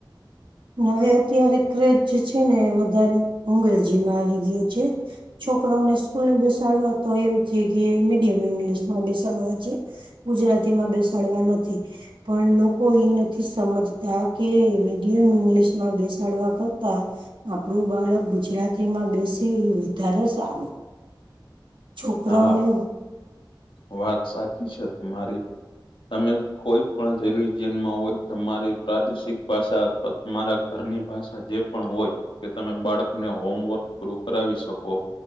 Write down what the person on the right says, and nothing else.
હવે અત્યારે ક્રેજ જે છે ને, વધારે અંગ્રેજીમાં આવી ગયો છે. છોકરાઓને સ્કૂલે બેસાડવા તો એમ છે કે, મીડિયમ ઇંગ્લિશ બેસાડવા છે. ગુજરાતીમાં બેસાડવા નથી. પણ લોકો એ નથી સમજતા, કે એ મિડિયમ ઇંગલિશમાં બેસાડવા કરતા. આપણું બાળક ગુજરાતીમાં બેસે, એ વધારે સારું. છોકરાઓને.